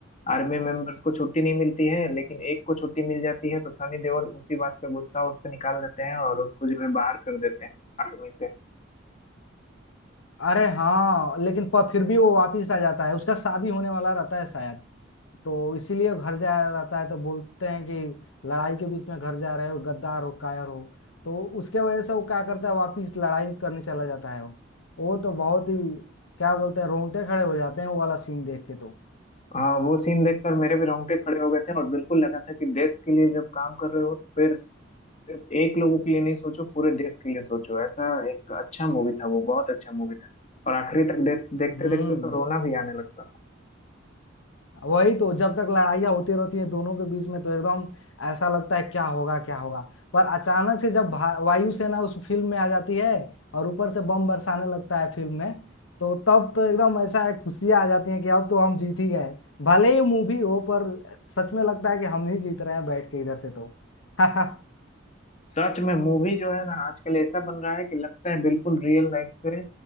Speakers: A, on the left (about 35°); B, on the left (about 85°).
A: आर्मी मेंबर्स को छुट्टी नहीं मिलती है लेकिन एक को छुट्टी मिल जाती है तो सनी देओल उसी बात का गुस्सा उस पर निकाल देते हैं और उसको जो है बाहर कर देते हैं आर्मी से
B: अरे हाँ लेकिन पर फिर भी वो वापिस आ जाता है उसका शादी होने वाला रहता है शायद तो इसीलिए घर जा रहता है तो बोलते हैं कि लड़ाई के बीच में घर जा रहे हो गद्दार हो कायर हो तो उसके वजह से वो क्या करता है वापिस लड़ाई करने चला जाता है वो वो तो बहुत ही क्या बोलते हैं रोंगटे खड़े हो जाते हैं वो वाला सीन देख के तो
A: हाँ वो सीन देखकर मेरे भी रोंगटे खड़े हो गए थे और बिल्कुल लगा था कि देश के लिए जब काम कर रहे हो तो फिर सिर्फ एक लोगों के लिए नहीं सोचो पूरे देश के लिए सोचो ऐसा एक अच्छा मूवी था वो बहुत अच्छा मूवी था और आखिरी तक देख देखते
B: हम्म
A: देखते तो रोना भी आने लगता था
B: वही तो जब तक लड़ाइयाँ होती रहती हैं दोनों के बीच में तो एकदम ऐसा लगता है क्या होगा क्या होगा पर अचानक से जब भा- वायुसेना उस फिल्म में आ जाती है और ऊपर से बम बरसाने लगता है फिल्म में तो तब तो एकदम ऐसा है खुशियाँ आ जाती हैं कि अब तो हम जीत ही गए भले ही मूवी हो पर सच में लगता है कि हम ही जीत रहे हैं बैठ के इधर से तो <laughs>
A: सच में मूवी जो है ना आजकल ऐसा बन रहा है कि लगता है बिल्कुल रियल लाइफ से